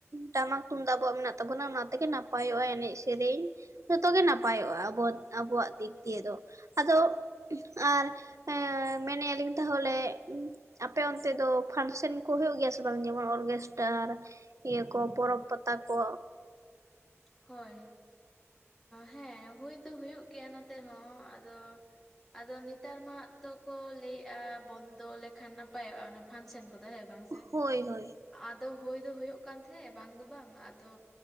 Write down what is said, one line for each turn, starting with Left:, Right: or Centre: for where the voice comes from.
Right: ᱴᱟᱢᱟᱠ ᱛᱩᱢᱫᱟᱜ ᱟᱵᱚᱣᱟᱜ ᱢᱮᱱᱟᱜ ᱛᱟᱵᱚᱱᱟ ᱚᱱᱟ ᱛᱮᱜᱮ ᱱᱟᱯᱟᱭᱚᱜ-ᱟ ᱮᱱᱮᱡ ᱥᱮᱨᱮᱧ ᱡᱚᱛᱚ ᱜᱮ ᱱᱟᱯᱟᱭᱚᱜ-ᱟ ᱟᱵᱚ ᱟᱵᱚᱣᱟᱜ ᱫᱤᱠ ᱫᱤᱭᱮ ᱫᱚ ᱟᱫᱚ ᱟᱨ ᱢᱮᱱᱮᱜ ᱟᱞᱤᱧ ᱛᱟᱦᱚᱞᱮ ᱟᱯᱮ ᱚᱱᱛᱮ ᱫᱚ ᱯᱷᱟᱱᱥᱮᱱ ᱠᱚ ᱦᱩᱭᱩᱜ ᱜᱮᱭᱟ ᱥᱮ ᱵᱟᱝ ᱡᱮᱢᱚᱱ ᱚᱨᱠᱮᱥᱴᱟᱨ ᱤᱭᱟᱹ ᱠᱚ ᱯᱚᱨᱚᱵᱽ ᱯᱟᱛᱟ ᱠᱚ
Centre: ᱦᱳᱭ ᱦᱮᱸ ᱦᱩᱭ ᱫᱚ ᱦᱩᱭᱩᱜ ᱜᱮᱭᱟ ᱱᱚᱛᱮ ᱦᱚᱸ ᱟᱫᱚ ᱟᱫᱚ ᱱᱮᱛᱟᱨ ᱢᱟ ᱛᱚᱠᱚ ᱞᱟᱹᱭᱮᱫ-ᱟ ᱵᱚᱱᱫᱚ ᱞᱮᱠᱷᱟᱱ ᱱᱟᱯᱟᱭᱚᱜ-ᱟ ᱚᱱᱟ ᱯᱷᱟᱱᱥᱮᱱ ᱠᱚᱫᱚ ᱦᱮᱸ ᱵᱟᱝ ᱥᱮ,
Right: ᱦᱳᱭ ᱦᱳᱭ
Centre: ᱟᱫᱚ ᱦᱳᱭ ᱫᱚ ᱦᱩᱭᱩᱜ ᱠᱟᱱ ᱛᱟᱦᱮᱸᱫ ᱵᱟᱝ ᱫᱚ ᱵᱟᱝ ᱟᱫᱚ